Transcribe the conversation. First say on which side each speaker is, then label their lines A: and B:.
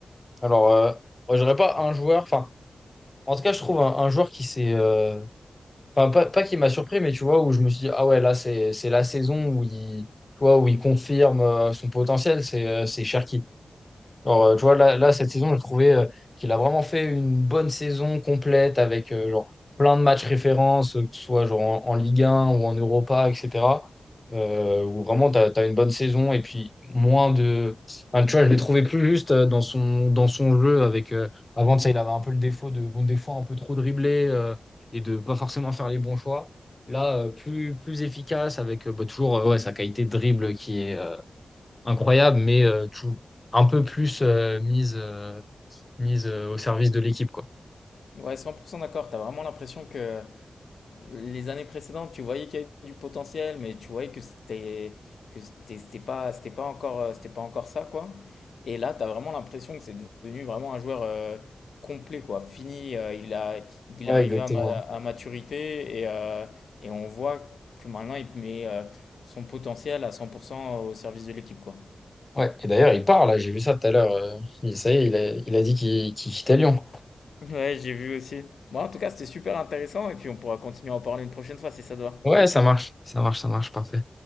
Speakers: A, on the left; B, on the left.
A: Alors, euh, moi, j'aurais pas un joueur, enfin, en tout cas, je trouve un, un joueur qui s'est, euh, enfin, pas, pas qui m'a surpris, mais tu vois, où je me suis dit, ah ouais, là, c'est, c'est la saison où il, tu vois, où il confirme euh, son potentiel, c'est euh, c'est Cherki. Genre, euh, tu vois, là, là, cette saison, j'ai trouvé euh, qu'il a vraiment fait une bonne saison complète avec euh, genre, plein de matchs références, euh, que ce soit genre, en, en Ligue 1 ou en Europa, etc. Euh, où vraiment, tu as, une bonne saison et puis moins de. Enfin, tu vois, je l'ai trouvé plus juste euh, dans son, dans son jeu. Avec, euh, avant, ça, il avait un peu le défaut de, bon, des fois, un peu trop dribbler euh, et de pas forcément faire les bons choix. Là, euh, plus, plus efficace avec euh, bah, toujours euh, ouais, sa qualité de dribble qui est incroyable, mais euh, tout- un peu plus euh, mise, euh, mise euh, au service de l'équipe, quoi.
B: Ouais, 100% d'accord. Tu as vraiment l'impression que, les années précédentes, tu voyais qu'il y avait du potentiel, mais tu voyais que c'était que c'était c'était pas c'était pas encore euh, c'était pas encore ça quoi. Et là, tu as vraiment l'impression que c'est devenu vraiment un joueur euh, complet quoi. Fini, euh, il a il
A: Ouais,
B: est arrivé
A: exactement.
B: à, ma- à maturité et euh, et on voit que maintenant il met euh, son potentiel à 100% au service de l'équipe quoi.
A: Ouais. Et d'ailleurs, il part, là, j'ai vu ça tout à l'heure. euh, il- ça y est, il a, il a dit qu'il qu'il quittait Lyon.
B: Ouais, j'ai vu aussi. Bon, en tout cas, c'était super intéressant et puis on pourra continuer à en parler une prochaine fois si ça te va.
A: Ouais, ça marche, ça marche, ça marche, parfait.